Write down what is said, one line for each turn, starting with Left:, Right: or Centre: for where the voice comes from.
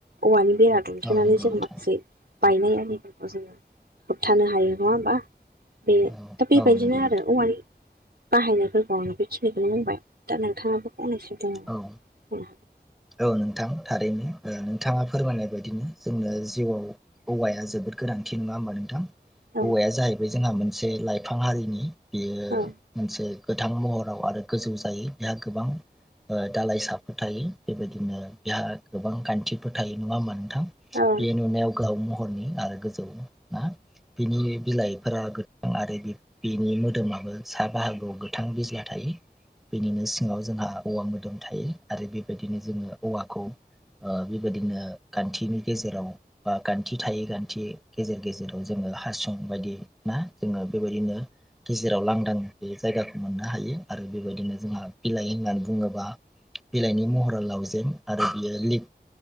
Right: औवानि बेरा दुमथेनानै
Centre: औ नंगौ
Right: जों
Centre: नोंथां
Right: माखासे बायनाय आरिफोरखौ जों होबथानो हायो नङा होमबा बे
Centre: औ
Right: दा बेबायदिनो
Centre: औ नंगौ नोंथां
Right: आरो औवानि बाहायनाय फोरबोआवनो बेखिनिखौनो बुंबाय दा नोंथाङाबो फंनैसो बुं
Centre: औ
Right: उम
Centre: औ नोंथां थारैनो ओ नोंथाङा फोरमायनाय बायदिनो जोंनो जिउआव औवाया जोबोद गोनांथि नङा होमबा नोंथां
Right: हागोन
Centre: औवाया जाहैबाय जोंहा मोनसे लाइफां हारिनि बेयो
Right: औ
Centre: मोनसे गोथां महराव आरो गोजौ जायो बेहा गोबां ओ दालाइसाफोर थायो। बेबायदिनो बेहा गोबां खान्थिफोर थायो नंङा होनबा नोंथां
Right: औ औ
Centre: बे नुनायाव गोहाव हरनि आरो गोजौ ना बिनि बिलाइफोरा गोथां आरो बि बिनि मोदोमाबो सा बाहागोआव गोथां बिजला थायो। बेनिनो सिंङाव जोंहा औवा मोदोम थायो आरो बेबायदिनो जोङो औवाखौ ओ बेबायदिनो गानथिनि गेजेराव बा गानथि थायै गानथि गेजेर गेजेराव जोङो हासुं बायदि ना जोङो बेबायदिनो गेजेराव लांदां बे जायगाखौ मोननो हायो आरो बेबायदिनो जोंहा बिलाइ होननानै बुङोबा बिलाइनि महरा लावजें आरो बियो लिग